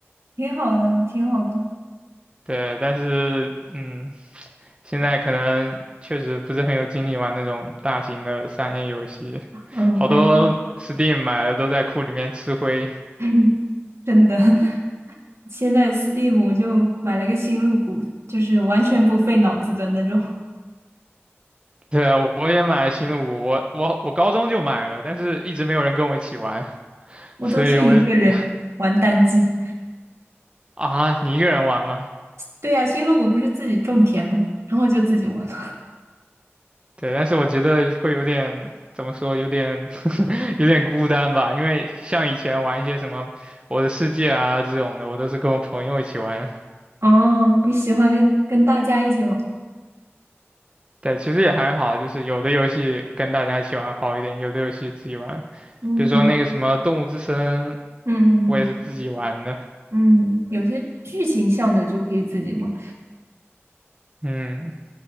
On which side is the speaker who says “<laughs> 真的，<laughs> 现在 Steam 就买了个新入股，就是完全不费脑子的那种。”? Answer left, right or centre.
Right